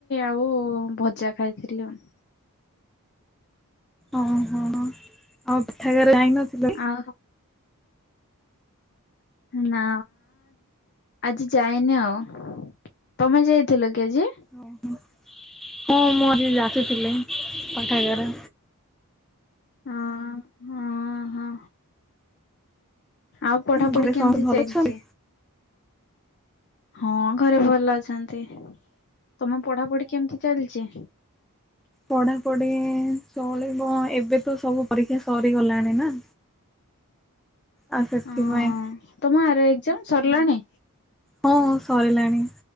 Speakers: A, on the left (about 50°); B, in the centre.
A: ଆଉ ଭଜା ଖାଇ ସେରିିଲ <unintelligible>
B: ଓହୋ ଆଉ ପିଠାାଗରେ ଯାଇ ନଥିଲୁ?
A: ହଁ ହୋ। ନା ଆଜି ଯାଏନି ଆଉ। ତମେ ଯାଇଥିଲ କି ଆଜି?
B: ଓହୋ ହଁ ମୁଁ ଆଜି ଆସିଥିଲି ପାଠାଗାର।
A: ହଁ ହଁ ହଁ। ଆଉ ପଢାପଢି
B: ଘରେ ସମସ୍ତେ
A: କେମିତି
B: ଭଲ
A: ଚାଲିଛି?
B: ଅଛନ୍ତି?
A: ହଁ ଘରେ ଭଲ ଅଛନ୍ତି ତମ ପଢାପଢି କେମିତି ଚାଲିଛି?
B: ପଢାପଢି ଚଳିବ ଏବେ ତ ସବୁ ପରୀକ୍ଷା ସରିଗଲାଣି ନା। ଆ ସେଥିପାଇଁ
A: ହଁ ତମ ଆର ଏକ୍ଜାମ ସରିଲାଣି?
B: ହଁ ସରିଲାଣି